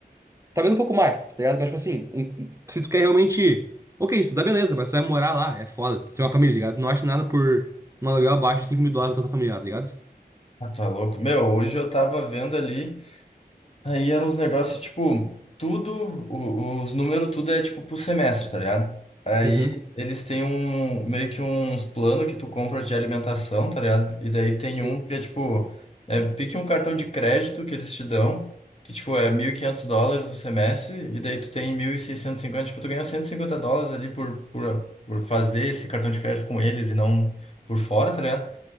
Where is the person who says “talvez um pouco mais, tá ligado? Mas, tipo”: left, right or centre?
Right